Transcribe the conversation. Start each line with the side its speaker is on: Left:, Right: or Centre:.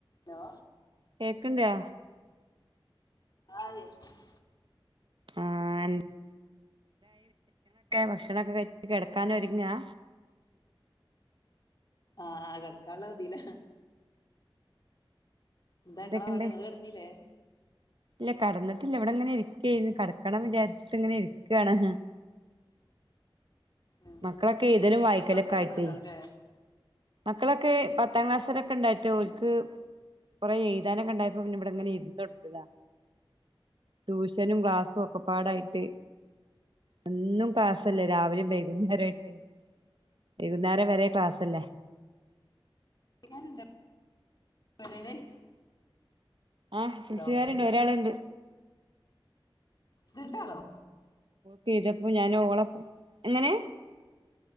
Left: Hello
Right: കേക്കണ്ടോ
Left: ആഹ് <unintelligible>
Right: ആ <unintelligible> ഭക്ഷണൊക്കെ കഴിച്ചു കിടക്കാനൊ രുങ്ങുവാ
Left: ആഹ് കെടക്കാനുള്ള തീല എന്താ
Right: എന്തൊക്കെണ്ട്
Left: നിങ്ങളെ പാട് നിങ്ങള് കിടന്നില്ലേ
Right: ഇല്ല കടന്നിട്ടില്ല ഇവിടെങ്ങനെ ഇരിക്കയായിരുന്നു കടക്കണം വിചാരിച്ചിട്ട് ഇങ്ങനെ ഇരിക്കാണ്.
Left: ഉം
Right: മക്കളൊക്കെ എഴുതലും വായിക്കലൊക്കെ
Left: മക്കളൊക്കെ കെടന്നുണ്ടാവുംല്ലേ
Right: ആയിട്ടേ മക്കളൊക്കെ പത്താം ക്ലാസ്സിലെ കണ്ടായിട്ട് ഓൽക്ക്
Left: ഏഹ്
Right: കുറെ എഴുതാനൊക്കെയുണ്ടായപ്പോ പിന്നെ ഇവിടെ ഇങ്ങനെ ഇരുന്നു കൊടുത്തതാ ട്യൂഷനും ക്ലാസ്സും ഒക്കെ പാടായിട്ട് എന്നും ക്ലാസ്സല്ലേ രാവിലെയും വൈകുന്നേരം ആയിട്ട് വൈകുന്നേരം വരെ ക്ലാസ്ലല്ലേ.
Left: <unintelligible>
Right: ആ എസ് എസ ൽ
Left: ലോക്കല്
Right: സികാരുണ്ട് ഒരാളുണ്ട്
Left: രണ്ടാളോ
Right: കിടപ്പ് ഞാൻ ഓളപ്പം എങ്ങനെ